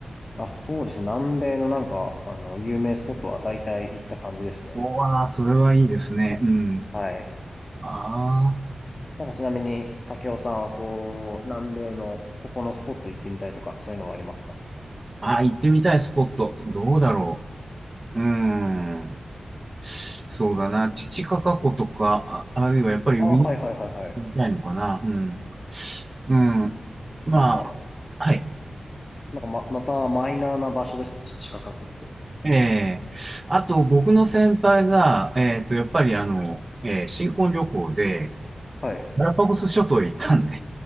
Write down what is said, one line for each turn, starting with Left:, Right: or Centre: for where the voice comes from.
Left: あ、そうですね。南米のなんか、あの、有名スポットは大体行った感じですね。
Right: おーあー、それはいいですね。うん。
Left: はい。
Right: ああ。
Left: なんかちなみに、竹雄さんはこう、南米のここのスポット行ってみたいとか、そういうのはありますか
Right: ああ、行ってみたいスポット。どうだろう。うーん。そうだな。チチカカ湖とか、あ、あるいはやっぱり上に行ってみたいのかな。
Left: ああー、はいはいはいはい。
Right: うん。うん。まあ、
Left: なんか、
Right: はい。
Left: なんかま、またマイナーな場所ですね。チチカカ湖って。
Right: ええあと、僕の先輩が、えっと、やっぱりあの、えー新婚旅行で、
Left: はい。
Right: ガラパゴス諸島へ行ったんで